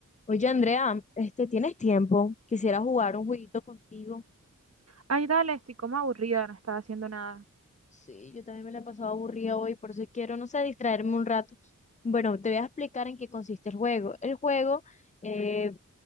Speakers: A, on the left; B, on the right.
A: Oye, Andrea, este, ¿tienes tiempo? Quisiera jugar un jueguito contigo.
B: Ay, dale, estoy como aburrida, no estaba haciendo nada.
A: Sí, yo también me la he pasado aburrida hoy, por eso quiero, no sé, distraerme un rato. Bueno, te voy a explicar en qué consiste el juego. El juego, eh,